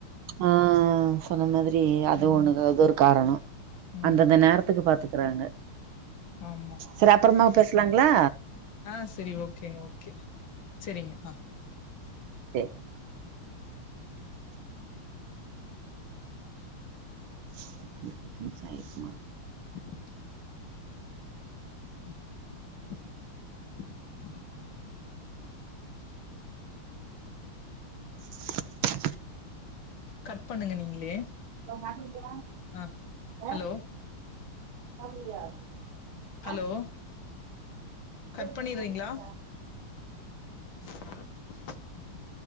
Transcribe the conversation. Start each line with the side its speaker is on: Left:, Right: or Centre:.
Right: ஆ சொன்ன மாதிரி அது
Left: ம்
Right: ஒண்ணுதா அது ஒரு காரணோ
Left: ம்
Right: அந்தந்த நேரத்துக்கு பாத்து இருக்குறாங்க
Left: ஆமா
Right: சேர் அப்புறமா பேஸ் சுலாங்களா
Left: ஆ சேரி ஓகே ஓகே சேரிங்க ஆ
Right: சேர் <unintelligible> பெருசாயிருக்குமா
Left: <unintelligible> <inaudible>
Right: <inaudible>
Left: கட் பண்ணுங்க நீங்களே
Right: <inaudible>
Left: ஆ
Right: அ
Left: ஹலோ
Right: அப்டியா
Left: ஹலோ
Right: அ <inaudible>
Left: கட் பண்ணிறீங்களா <inaudible>